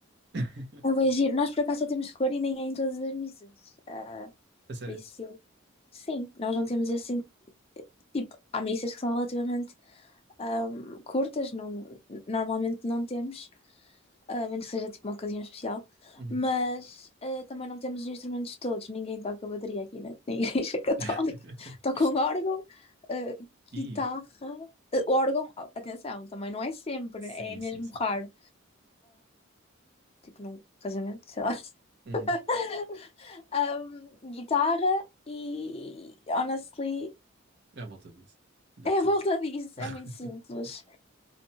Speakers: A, on the right (about 55°); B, on the left (about 30°).
A: <laughs>
B: É bué giro. Nós por acaso só temos cor e nem é em todas as missas. Ah,
A: A sério.
B: por isso, sim, nós não temos assim. Tipo, há missas que são relativamente ahm, curtas, não, normalmente não temos, ah, a menos que seja tipo uma ocasião especial,
A: Uhum.
B: mas ah, também não temos os instrumentos todos, ninguém toca bateria aqui na, na <laughs> Igreja Católica.
A: <laughs>
B: Toca um órgão, ah,
A: E
B: guitarra, ah, órgão, oh, atenção, também não é sempre,
A: sim,
B: é mesmo
A: sim, sim.
B: raro. tipo num casamento, sei lá.
A: Uhum.
B: <laughs> Um, guitarra e honestly
A: É a volta disso. That's
B: é a volta
A: it.
B: disso,
A: <laughs>
B: é muito simples.